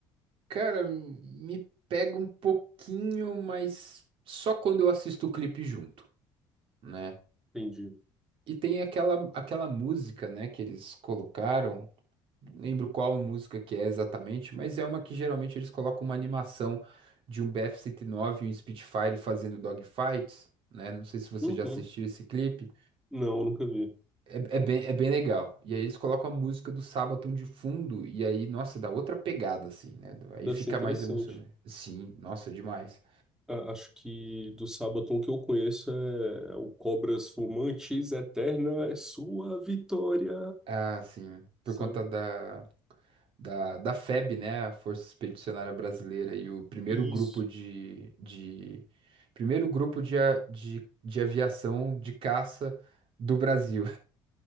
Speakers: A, on the right; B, in the centre.
A: cara, me pega um pouquinho, mas só quando eu assisto o clipe junto, né?
B: Entendi.
A: E tem aquela, aquela música, né, que eles colocaram, Não lembro qual música que é exatamente, mas é uma que geralmente eles colocam uma animação de um BF-109 e nove e um Spitfire fazendo dogfights, né? Não sei se você
B: Uhum.
A: já assistiu esse clipe.
B: Não, nunca vi.
A: É, é bem, é bem legal. E aí eles colocam a música do Sabaton de fundo, e aí, nossa, dá outra pegada, assim, né? Aí
B: Deve
A: fica
B: ser interessante.
A: mais emocionante. Sim, nossa, demais.
B: A- acho que do Sabaton que eu conheço é é o Cobras Fumantes, Eterna é sua vitória,
A: Ah, sim, por
B: sabe?
A: conta da, da, da FEB, né, a Força Expedicionária Brasileira, e o primeiro
B: Isso.
A: grupo de, de primeiro grupo de, a- de, de aviação de caça do Brasil.